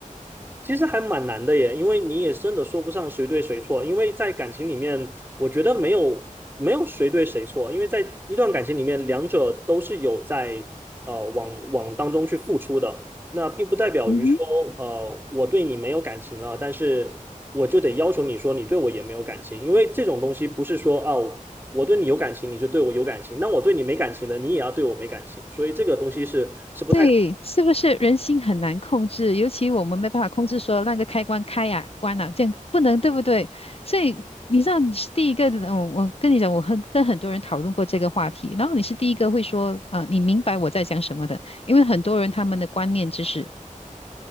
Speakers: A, on the right; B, on the left.
A: 其实还蛮难的耶，因为你也真的说不上谁对谁错，因为在感情里面，我觉得没有没有谁对谁错，因为在一段感情里面，两者都是有在呃往往当中去付出的，那并不代表于说呃我对你没有感情了，
B: 嗯哼，
A: 但是我就得要求你说你对我也没有感情，因为这种东西不是说哦我对你有感情你就对我有感情，那我对你没感情了，你也要对我没感情，所以这个东西是是不太对。
B: 对，是不是人心很难控制？尤其我们没办法控制说那个开关开呀、关了，这样不能，对不对？所以你知道你是第一个，我我跟你讲，我很跟很多人讨论过这个话题，然后你是第一个会说，啊、你明白我在讲什么的，因为很多人他们的观念就是。